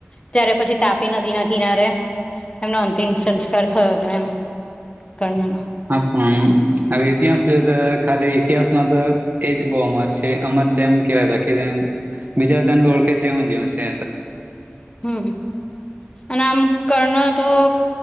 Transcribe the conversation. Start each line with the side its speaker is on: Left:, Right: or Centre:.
Left: ત્યારે પછી તાપી નદી ના કિનારે એમનો અંતિમ સંસ્કાર થયો હતો એમ. કરણનો.
Right: હા પણ હવે ઇતિહાસ જો તો ખાલી ઈતિહાસમાં તો એજ બહુ અમાર છે અમાર છે એમ કેવાય બાકીમ બીજા બધને ઓળખે છે એમ જે છે.
Left: હમ, અને આમ કરણ તો